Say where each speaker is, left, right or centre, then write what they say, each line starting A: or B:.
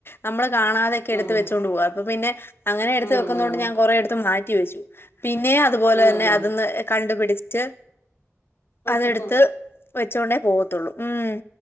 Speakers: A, on the left (about 50°); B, on the left (about 85°).
A: നമ്മള് കാണാതെക്കെ എടുത്ത്
B: ഉം
A: വെച്ചുകൊണ്ട് പോവാ അപ്പ പിന്നെ അങ്ങനെ എടുത്ത്
B: ഉം
A: വെക്കുന്നതുകൊണ്ട്
B: ഉം
A: ഞാൻ കൊറെ അടുത്ത് മാറ്റി വെച്ചു പിന്നെ അതുപോലെ
B: ഉം
A: തന്നെ അതൊന്ന് കണ്ടുപിടിച്ച്
B: ഉം
A: അതെടുത്ത് വെച്ചുകൊണ്ടേ പോവത്തുള്ളൂ ഉം മ്